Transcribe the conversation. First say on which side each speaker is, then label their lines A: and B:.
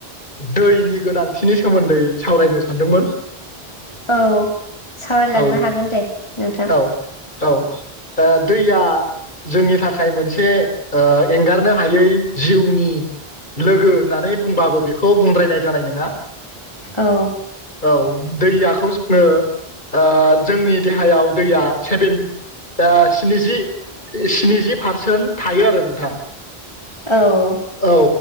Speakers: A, on the left (about 50°); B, on the left (about 25°).
A: दैनि गोनांथि बिनि सोमोन्दै सावरायनो सानदोंमोन।
B: औ सावरायलांनो
A: औ
B: हागोन दे नोंथां।
A: औ औ ओ दैया जोंनि थाखाय मोनसे ओ एंगारनो हायै जिउनि लोगो होननानै बुंबाबो बेखौ बुंद्रायनाय जानाय नङा।
B: औ।
A: औ दैयाखौ जोङो ओ जोंनि देहायाव दैया सेभेन दा स्निजि स्निजि पारसेन्ट थायो आरो नोंथां।
B: औ।
A: औ